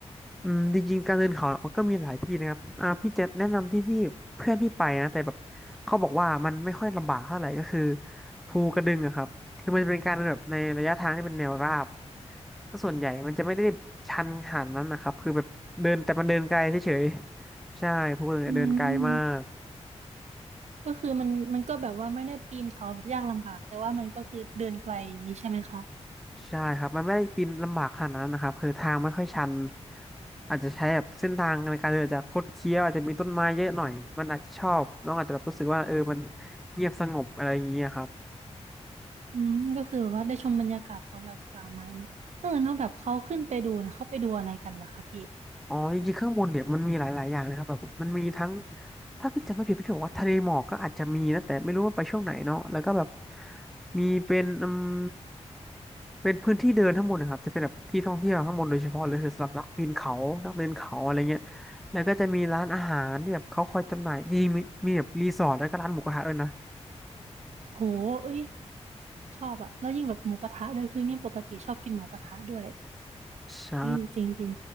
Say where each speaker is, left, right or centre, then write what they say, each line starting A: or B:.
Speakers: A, in the centre; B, on the right.
A: อืมจริงๆการเดินเขามันก็มีหลายที่นะครับอ่าพี่จะแนะนำที่ที่เพื่อนพี่ไปนะแต่แบบเขาบอกว่ามันไม่ค่อยลำบากเท่าไหร่ก็คือภูกระดึงอะครับคือมันจะเป็นการเดินแบบในระยะทางที่เป็นแนวราบแล้วส่วนใหญ่มันจะไม่ได้ชันขนาดนั้นนะครับคือแบบเดินแต่มันเดินไกลเฉยๆใช่ภูกระดึงเนี่ยเดินไกลมาก
B: อืมก็คือมันมันก็แบบว่าไม่ได้ปีนเขาแบบยากลำบากแต่ว่ามันก็คือเดินไกลอย่างนี้ใช่ไหมคะ
A: ใช่ครับ มันไม่ได้ปีนลำบากขนาดนั้นนะครับคือทางไม่ค่อยชัน อาจจะใช้แบบเส้นทางในการเดินอาจจะคดเคี้ยวอาจจะมีต้นไม้เยอะหน่อย มันอาจจะชอบน้องอาจจะแบบรู้สึกว่าเออมันเงียบสงบอะไรอย่างเงี้ยครับ
B: อืมก็คือแบบว่าได้ชมบรรยากาศของแบบป่าไม้เนาะเออแล้วแบบเขาขึ้นไปดูเนี่ยเขาไปดูอะไรกันล่ะคะพี่
A: อ๋อจริงๆข้างบนเนี่ยมันมีหลายๆอย่างนะครับแบบมันมีทั้งถ้าพี่จำไม่ผิดพี่จะบอกว่าทะเลหมอกก็อาจจะมีนะแต่ไม่รู้ว่าไปช่วงไหนเนาะแล้วก็แบบมีเป็นอืมเป็นพื้นที่เดินข้างบนนะครับจะเป็นแบบที่ท่องเที่ยวข้างบนโดยเฉพาะเลยคือสำหรับนักปีนเขานักเดินเขาอะไรเงี้ยแล้วก็จะมีร้านอาหารที่แบบเขาคอยจำหน่ายจริงๆมีมีแบบรีสอร์ทแล้วก็ร้านหมูกระทะด้วยนะ
B: โหเอ้ยชอบอะแล้วยิ่งแบบหมูกระทะด้วยคือเนี่ยปกติชอบกินหมูกระทะด้วย
A: ใช่
B: เอ้ยจริงจริง